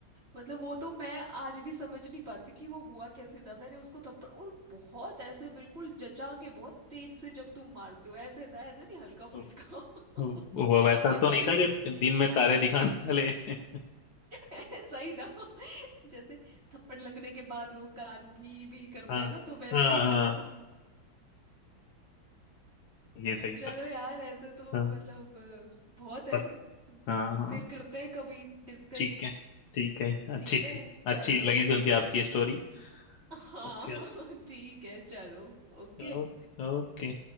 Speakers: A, on the right; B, on the left.
A: मतलब वो तो मैं आज भी समझ नहीं पाती कि वो हुआ कैसे था मैंने उसको थप्पड़ और बहुत ऐसे बिल्कुल जचा के बहुत तेज से जब तुम मारते हो ऐसे था ऐसा नहीं हल्का
B: तो-
A: फुल्का
B: तो
A: <laughs>
B: वो वैसा
A: बेचारी
B: तो नहीं था जो दिन में तारे दिखाने वाले <laughs>
A: ऐसा ही था जैसे थप्पड़ लगने के बाद वो कान भी भी करते
B: हाँ
A: हैं ना तो वैसा
B: हाँ
A: ही
B: हाँ
A: था वो
B: ये
A: तो
B: सही
A: चलो
B: था
A: यार ऐसे तो
B: हाँ
A: मतलब अ, बहुत है
B: सक हाँ हाँ
A: फिर करते हैं कभी डिस्कस
B: ठीक है ठीक है अच्छी
A: ठीक है
B: थी अच्छी
A: चलो
B: लगी सुन के आपकी स्टोरी
A: हाँ
B: Okay
A: <laughs> ठीक है चलो ओके
B: okay okay